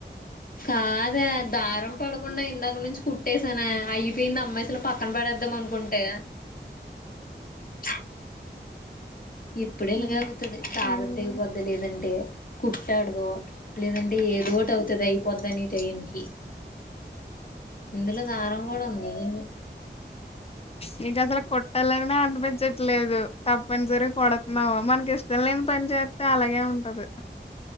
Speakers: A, on the left (about 50°); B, on the left (about 30°).
A: కాదే దారం పడకుండా ఇందాక నుంచ్ కుట్టేసానె అయిపోయింది అమ్మ అసలు పక్కన బడేద్దాం అనుకుంటే <unintelligible> ఇప్పుడె
B: హ్మ్.
A: ఇలాగ అవుతది దరం
B: ఏంది?
A: తెగిపోద్దె లెదంటే కుట్టాడదో లేదంటే ఏదోటి అవుతది అయిపోద్దనే టైంకి ఇందులో దారం కూడవుంది
B: నీకసలు కుట్టాలనే అనిపించట్లేదు తప్పనిసరి కుడతున్నావు మనకి ఇష్టం లేని పనిచేత్తె అలాగే ఉంటది